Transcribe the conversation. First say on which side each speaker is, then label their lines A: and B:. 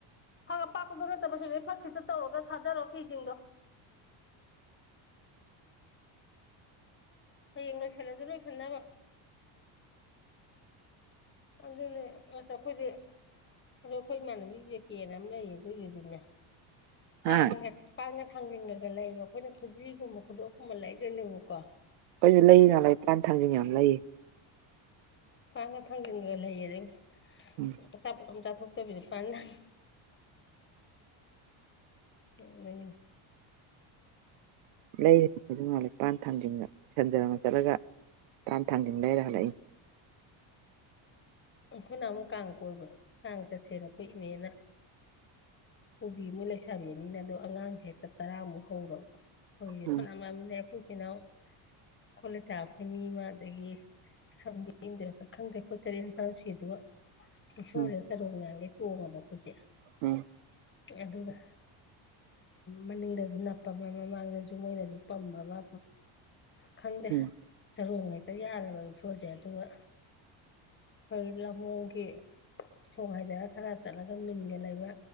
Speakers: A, on the left; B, on the right.
A: ꯐꯛ ꯑꯄꯥꯛꯄꯗꯨ ꯅꯠꯇꯕ ꯁꯤꯗꯩꯩ ꯐꯛ ꯈꯤꯇ ꯇꯧꯔꯒ ꯊꯥꯗꯔꯣ ꯐꯤꯁꯤꯡꯗꯣ꯫ ꯍꯌꯦꯡ ꯂꯣꯏꯁꯤꯜꯂꯁꯨ ꯂꯣꯏꯁꯤꯟꯅꯕ꯫ ꯑꯗꯨꯅꯦ ꯑꯁ ꯑꯩꯈꯣꯏꯗꯤ ꯑꯗꯣ ꯑꯩꯈꯣꯏ ꯏꯃꯥꯟꯅꯕꯤ ꯖꯦꯀꯦꯅ ꯑꯃ ꯂꯩꯌꯦ ꯑꯗꯨꯏꯗꯨꯗꯤꯅꯦ ꯄꯥꯟꯒ
B: ꯍꯥ
A: ꯄꯥꯟꯒ ꯊꯥꯡꯖꯤꯟꯉꯒ ꯂꯩꯕ ꯑꯩꯈꯣꯏꯅ ꯈꯨꯖꯤꯒꯨꯝꯕ ꯈꯨꯗꯣꯞꯀꯨꯝꯕ ꯂꯩꯗꯣꯏꯅꯦꯕꯀꯣ꯫
B: ꯑꯩꯈꯁꯨ ꯂꯩ ꯂꯩ ꯄꯥꯟꯊꯥꯡꯖꯤꯡ ꯌꯥꯝ ꯂꯩꯌꯦ꯫
A: ꯄꯥꯟꯒ ꯊꯥꯡꯖꯤꯟꯗ ꯂꯩꯌꯦ ꯑꯗꯨꯒ
B: ꯎꯝ
A: ꯑꯆꯥꯄꯣꯠ ꯑꯃ ꯆꯥꯊꯣꯛꯇꯕꯤꯗ ꯄꯥꯟ ꯊꯥꯡꯖꯤꯡ ꯅꯣꯛꯅꯤꯡꯉꯤ꯫
B: ꯂꯩ ꯑꯈꯣꯏꯁꯨ ꯅꯍꯥꯟꯋꯥꯏ ꯄꯥꯟ ꯊꯥꯡꯖꯤꯟꯗ <unintelligible> ꯆꯠꯂꯒ ꯄꯥꯟ ꯊꯥꯟꯖꯤꯟ ꯂꯩꯔ ꯍꯜꯂꯛꯏ
A: ꯑꯩꯈꯣꯏꯅ ꯑꯃꯨꯛ ꯀꯥꯡ ꯀꯣꯏꯕ ꯀꯥꯡ ꯆꯠꯁꯦꯅ ꯑꯩꯈꯣꯏ ꯏꯅꯦꯅ꯫ ꯕꯤ ꯃꯣꯏ ꯂꯩꯁꯥꯕꯤꯅꯤꯅ ꯑꯗꯣ ꯑꯉꯥꯡꯁꯦ ꯍꯦꯛꯇ ꯇꯔꯥꯃꯨꯛ ꯍꯧꯔꯕ ꯑꯈꯣꯏꯒꯤ <unintelligible>
B: ꯎꯝ
A: ꯂꯩ꯫ ꯑꯩꯈꯣꯏ ꯁꯤꯅ ꯑꯩꯈꯣꯏ ꯂꯩꯀꯥꯏ ꯑꯅꯤ ꯑꯃ ꯑꯗꯒꯤ ꯁꯪꯗꯦ ꯏꯟꯗꯔ ꯈꯪꯗꯦ ꯈꯣꯠꯇꯔꯦ ꯅꯤꯄꯥꯥꯟ ꯁꯨꯏ ꯑꯗꯨꯒ ꯏꯁꯣꯔꯁꯦ
B: ꯎꯝ
A: ꯆꯔꯣꯡ ꯃꯥꯡꯈꯩ ꯇꯣꯡꯉꯕ ꯈꯨꯠꯁꯦ꯫
B: ꯎꯝ꯫
A: ꯑꯗꯨꯒ ꯃꯅꯤꯡꯗꯁꯨ ꯅꯞꯄꯕ ꯃꯃꯥꯡꯗꯁꯨ ꯃꯣꯏꯅꯁꯨ ꯄꯝꯃꯕ ꯈꯪꯗꯦ
B: ꯎꯝ
A: ꯆꯔꯣꯡ ꯍꯦꯛꯇ ꯌꯥꯜꯂꯕ ꯔꯤꯐꯣꯔꯜꯁꯦ ꯑꯗꯨꯒ ꯑꯩꯈꯣꯏ ꯂꯝꯍꯣꯡꯒꯤ ꯊꯣꯡ ꯍꯥꯏꯥꯏꯗꯔ ꯈꯔ ꯆꯠꯂꯒ ꯃꯤꯟꯒ ꯂꯩꯕ